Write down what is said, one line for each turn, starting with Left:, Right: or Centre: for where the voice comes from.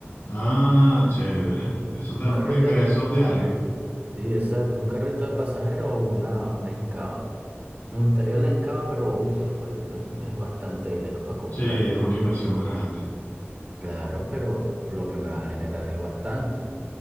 Left: Ah, chévere. Eso te
Right: Un
Left: da
Right: carrito,
Left: unos ingresos diarios.
Right: sí, exacto. Un carrito de pasajero o una, una Encava. Me gustaría la Encava, pero uff, es bastante dinero para comprarla.
Left: Sí, es una inversión muy grande.
Right: Claro, pero lo que me va a generar es bastante.